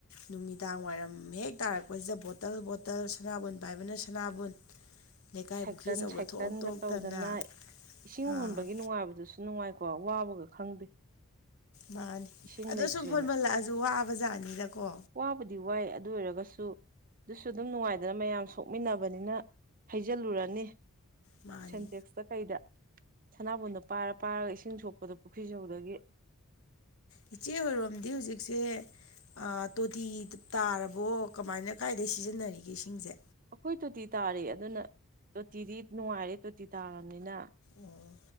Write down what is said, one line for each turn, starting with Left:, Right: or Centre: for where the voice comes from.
Left: ꯅꯨꯃꯤꯗꯥꯡ ꯋꯥꯏꯔꯝ ꯍꯦꯛ ꯇꯥꯔꯛꯄꯁꯤꯗ ꯕꯣꯠ ꯇꯜ ꯕꯣꯇꯜ ꯁꯅꯥꯕꯨꯟ ꯄꯥꯏꯕꯅ ꯁꯅꯥꯕꯨꯟ ꯂꯩꯀꯥꯏ
Right: ꯁꯥꯏꯀꯜ
Left: ꯄꯨꯈ꯭ꯔꯤ ꯑꯆꯧꯕꯗ
Right: ꯁꯥꯏꯀꯟꯒ
Left: ꯊꯣꯛ ꯊꯣꯛꯇꯅ
Right: ꯇꯧꯗꯅ ꯏꯁꯤꯡ
Left: ꯑꯥ
Right: ꯍꯣꯟꯕꯒꯤ ꯅꯨꯡꯉꯥꯏꯕꯗꯨꯁꯨ ꯅꯨꯡꯉꯥꯏꯀꯣ ꯋꯥꯕꯒ ꯈꯪꯗꯦ
Left: ꯃꯥꯅꯤ
Right: ꯏꯁꯤꯡ
Left: ꯑꯗꯣ
Right: ꯂꯩꯇ꯭ꯔꯦꯅ
Left: ꯁꯨꯝ ꯍꯣꯟꯃꯜꯂꯛꯑꯁꯨ ꯋꯥꯕꯖꯥꯠꯅꯤꯗꯀꯣ
Right: ꯋꯥꯕꯨꯗꯤ ꯋꯥꯏ ꯑꯗꯨ ꯑꯣꯏꯔꯒꯁꯨ ꯑꯗꯨꯁꯨ ꯑꯗꯨꯝ ꯅꯨꯡꯉꯥꯏꯗꯅ ꯃꯌꯥꯝ ꯁꯣꯛ ꯃꯤꯟꯅꯕꯅꯤꯅ ꯍꯩꯖꯤꯜꯂꯨꯔꯅꯤ
Left: ꯃꯥꯅꯤ
Right: ꯁꯦꯟꯇꯦꯛꯁꯇ ꯀꯩꯗ ꯁꯅꯥꯕꯨꯟꯗꯣ ꯄꯥꯏꯔ ꯄꯥꯏꯔꯒ ꯏꯁꯤꯡ ꯁꯣꯛꯄꯗꯣ ꯄꯨꯈ꯭ꯔꯤ ꯖꯧꯗꯒꯤ
Left: ꯏꯆꯦ ꯍꯣꯏꯔꯣꯝꯗꯤ ꯁꯦ ꯑꯥ ꯇꯣꯇꯤ ꯇꯥꯔꯕꯣ ꯀꯃꯥꯏꯅ ꯀꯥꯏꯗꯩꯩ ꯁꯤꯖꯤꯟꯅꯔꯤꯒꯦ ꯏꯁꯤꯡꯁꯦ
Right: ꯑꯈꯣꯏ ꯇꯣꯇꯤ ꯇꯥꯔꯦ ꯑꯗꯨꯅ ꯇꯣꯇꯤꯗꯤ ꯅꯨꯡꯉꯥꯏꯔꯦ ꯇꯣꯇꯤ ꯇꯥꯔꯕꯅꯤꯅ
Left: ꯑꯣ